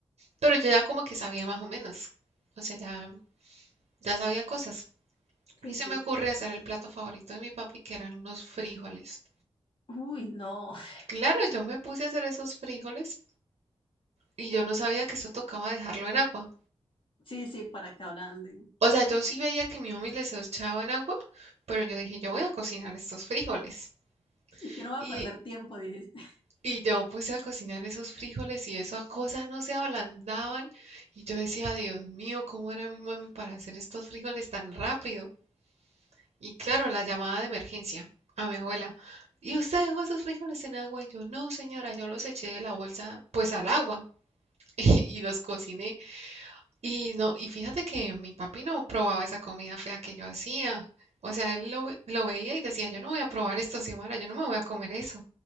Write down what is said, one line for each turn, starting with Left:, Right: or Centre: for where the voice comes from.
Right: Pero yo ya como que sabía más o menos. O sea, ya, Ya sabía cosas.
Left: Sí,
Right: Y
Left: sí.
Right: se me ocurre hacer el plato favorito de mi papi, que eran unos frijoles.
Left: Uy, no. <laughs>
Right: Claro, yo me puse a hacer esos frijoles y yo no sabía que eso tocaba dejarlo en agua.
Left: Sí, sí, para que ablanden.
Right: O sea, yo sí veía que mi mami les echaba en agua, pero yo dije, yo voy a cocinar estos frijoles.
Left: Yo no voy
Right: Y,
Left: a perder tiempo, dijiste.
Right: y yo puse a cocinar esos frijoles y esa cosa no se ablandaban. Y yo decía, Dios mío, ¿cómo era mi mami para hacer estos frijoles tan rápido? Y claro, la llamada de emergencia a mi abuela. ¿Y usted dejó esos frijoles en agua? Y yo, no, señora, yo los eché de la bolsa, pues al agua. <laughs> Y, los cociné. Y no, y fíjate que mi papi no probaba esa comida fea que yo hacía. O sea, él lo, ve- lo veía y decía, yo no voy a probar esto, Xiomara, yo no me voy a comer eso.